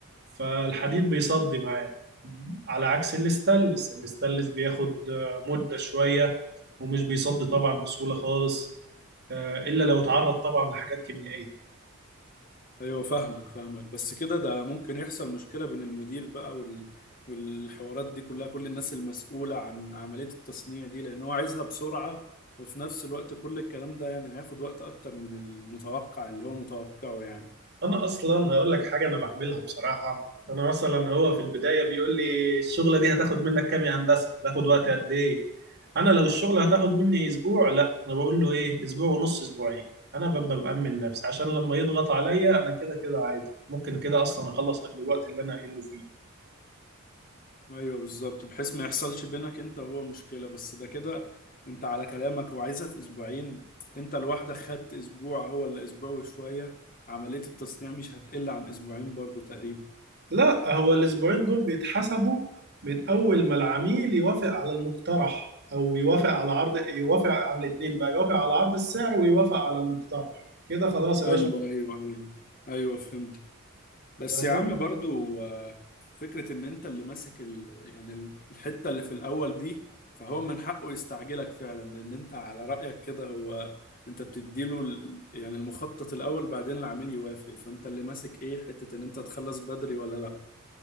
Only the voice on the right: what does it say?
فالحديد بيصدي معاه على عكس الاستانلس الاستانلس بياخد آه، مدة شوية ومش بيصدي طبعا بسهولة خالص آه، إلا لو اتعرض طبعا لحاجات كيميائية
انا اصلا هقول لك حاجه انا بعملها بصراحه انا مثلا هو في البدايه بيقول لي الشغله دي هتاخد منك كام يا هندسه هتاخد وقت قد ايه انا لو الشغله هتاخد مني اسبوع لا انا بقول له ايه اسبوع ونص اسبوعين انا ببقى مأمن نفسي عشان لما يضغط عليا انا كده كده عادي ممكن كده اصلا اخلص قبل الوقت اللي انا قايله فيه
لا هو الاسبوعين دول بيتحسبوا من اول ما العميل يوافق على المقترح او يوافق على عرض يوافق على الاثنين بقى يوافق على عرض السعر ويوافق على المقترح كده خلاص يا
باشا
فاهم